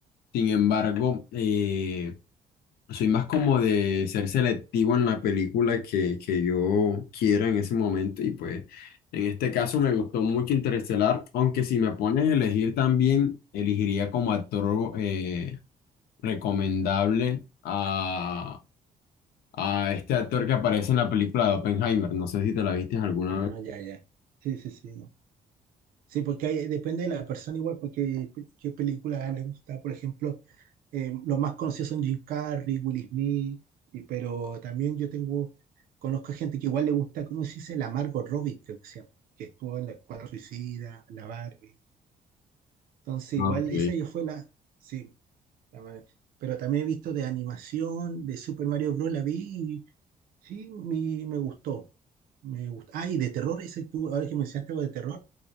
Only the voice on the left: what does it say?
Sin embargo, eh, soy más como de ser selectivo en la película que, que yo quiera en ese momento. Y pues en este caso me gustó mucho Interestelar, aunque si me pones a elegir también, elegiría como actor eh, recomendable a, a este actor que aparece en la película de Oppenheimer. No sé si te la viste alguna
vez.
Ah,
ok.